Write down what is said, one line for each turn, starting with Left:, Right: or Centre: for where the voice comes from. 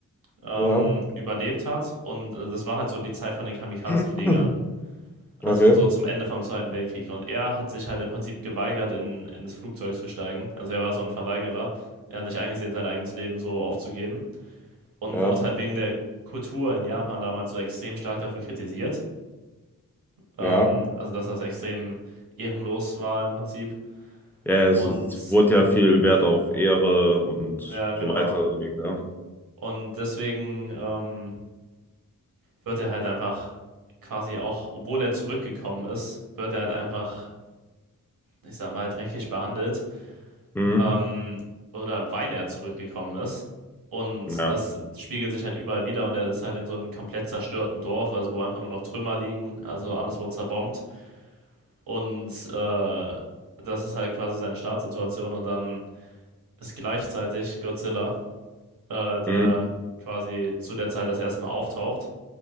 Right: ähm,
Centre: ja.
Right: überlebt hat. Und äh, das war halt so die Zeit von den Kamikaze-Fliegern.
Centre: <clears throat>
Right: Also
Centre: Okay,
Right: so zum Ende vom Zweiten Weltkrieg. Und er hat sich halt im Prinzip geweigert, in, in das Flugzeug zu steigen. Also er war so ein Verweigerer. Er hat nicht eingesehen, sein eigenes Leben so aufzugeben. Und
Centre: ja,
Right: wurde halt wegen der Kultur in Japan damals so extrem stark dafür kritisiert. Ähm,
Centre: ja.
Right: also dass das extrem ehrenlos war im Prinzip.
Centre: Ja, es,
Right: Und
Centre: es wurde ja viel Wert auf Ehre und
Right: ja, genau.
Centre: so weiter gelegt, ne?
Right: Und deswegen, ähm, wird er halt einfach quasi auch, obwohl er zurückgekommen ist, wird er halt einfach, ich sag mal, dreckig behandelt.
Centre: Hm,
Right: Ähm, oder weil er zurückgekommen ist. Und
Centre: ja,
Right: das spiegelt sich halt überall wieder und er ist halt in so einem komplett zerstörten Dorf, also wo einfach nur noch Trümmer liegen, also alles wurde zerbombt. Und äh, das ist halt quasi seine Startsituation und dann ist gleichzeitig Godzilla, äh, der
Centre: hm,
Right: quasi zu der Zeit das erste Mal auftaucht